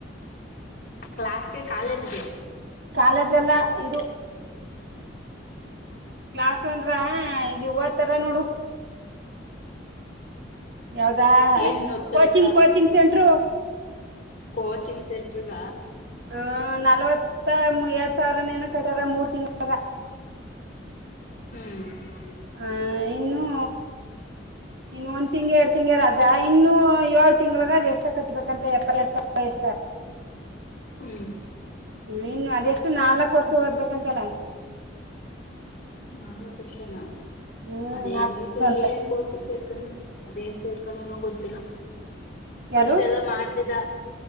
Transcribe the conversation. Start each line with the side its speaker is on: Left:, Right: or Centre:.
Left: ಕ್ಲಾಸ್ಗೆ ಕಾಲೇಜ್ಗೆ
Right: ಕಾಲೇಜೆಲ್ಲ ಇದು ಕ್ಲಾಸ್ ಒಂದ್ರ ಇದುವತ್ತರ ನೋಡು ಯಾವ್ದಾ
Left: ಏನ್ ಒತ್ತರಕ್ಕಾ
Right: ಕೋಚಿಂಗ್ ಕೋಚಿಂಗ್ ಸೆಂಟ್ರು
Left: ಕೋಚಿಂಗ್ ಸೆಂಟರ್ಗ
Right: ಹ ನಲ್ವತ್ತ ಎರಡ್ ಸಾವಿರನೇನ ಕಟ್ಟ್ಯಾರ ಮೂರ್ ತಿಂಗಳಾಗ
Left: ಹ್ಮ್
Right: ಹಹ ಇನ್ನುೂ ಇನ್ನು ಒಂದ್ ತಿಂಗ್ ಎರಡ್ ತಿಂಗಳು ರಜಾ ಇನ್ನು ಏಳ್ ತಿಂಗ್ಳಗ ಅ್ ಎಷ್ಟ ಕಟ್ಬೇಕಂತ ಎಪ್ಪ ಎರಡ್ ಸಾವಿರಷ್ಟ ಹ
Left: ಹ್ಮ್
Right: ಹ್ಮ್ ಇನ್ನು ಅದೆಷ್ಟು ನಾಲ್ಕ್ ವರ್ಷ ಓದ್ಬೇಕಂತಲ್ಲ
Left: ನಾಲ್ಕು ವರ್ಷನಾ
Right: ಹ್ಮ್
Left: ಅದೇ
Right: ನಾಲ್ಕ್
Left: ಈ
Right: ವರ್ಷ
Left: ಸರಿ
Right: ಅಂತ
Left: ಏನ್ ಕೋಚಿ ಸೇರ್ಕೊಂಡ ಅೇನ್ ಸೇರ್ಕೊಂಡ ಗೊತ್ತಿಲ್ಲ
Right: ಯಾರು
Left: ಫಸ್ಟ್ ಎಲ್ಲ ಮಾಡ್ತಿದ್ದ